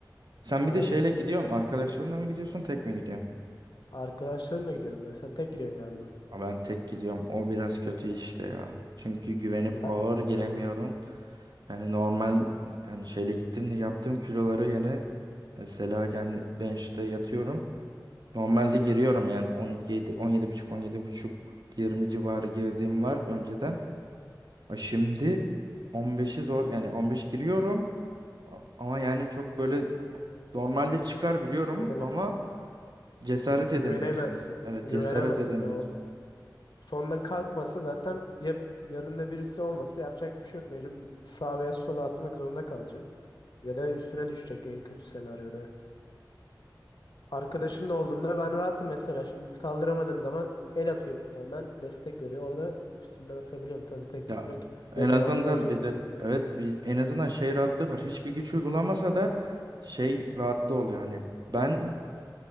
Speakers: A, on the right (about 65°); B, on the left (about 65°).
A: Sen
B: aynen.
A: bir de şeyle gidiyorum. Arkadaşlarınla mı gidiyorsun, tek mi gidiyorsun?
B: Arkadaşlarımla gidiyorum ben. Sen tek gidiyorsun galiba.
A: Ama Ben tek gidiyorum. O biraz kötü işte ya. Çünkü güvenip
B: A-
A: ağır giremiyorum.
B: Aynen.
A: Yani normal yani şeyle gittim de yaptığım kiloları yine mesela yani ben işte yatıyorum. Normalde giriyorum yani 17 17,5 17,5 20 civarı girdiğim var önceden. Ha şimdi 15'i zor yani 15 giriyorum A- ama yani çok böyle normalde çıkar biliyorum
B: Ona ne?
A: ama cesaret
B: Güvenemezsin.
A: edemiyorsun. Evet
B: Güvenemezsin
A: cesaret edemiyorsun.
B: ya. Onun sonunda kalkmasa zaten ya yanında birisi olmasa yapacak bir şey yok. Mecbur bir sağa veya sola atmak zorunda kalacaksın. Ya da üstüne düşecek en kötü senaryoda. Arkadaşınla olduğunda ben rahatım mesela. Şimdi kaldıramadığım zaman el atıyor hemen destek veriyor. Orada üstünden atabiliyorum. Tabii tek
A: Ya
B: gitmek
A: en
B: dezavantajlı
A: azından bir
B: bir de.
A: de evet bir en azından şey rahatlığı var. Hiçbir güç uygulamasa da şey rahatlığı oluyor hani ben